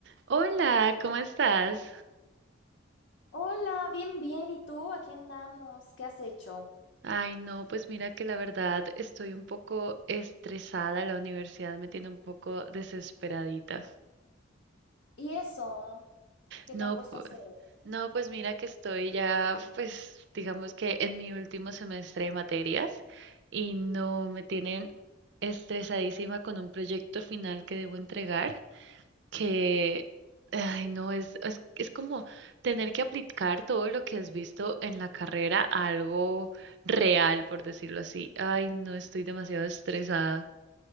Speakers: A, on the right (about 55°); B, on the left (about 70°).
A: Hola, ¿cómo estás?
B: Hola, bien, bien. ¿Y tú? Aquí andamos. ¿Qué has hecho?
A: Ay, no, pues mira que la verdad estoy un poco estresada, la universidad me tiene un poco desesperadita.
B: ¿Y eso? ¿Qué
A: No,
B: te han puesto
A: pu-
B: a hacer?
A: no, pues mira que estoy ya, pues digamos que en mi último semestre de materias y no me tienen estresadísima con un proyecto final que debo entregar. que, ay, no, es, es, es como tener que aplicar todo lo que has visto en la carrera a algo real, por decirlo así. Ay, no, estoy demasiado estresada.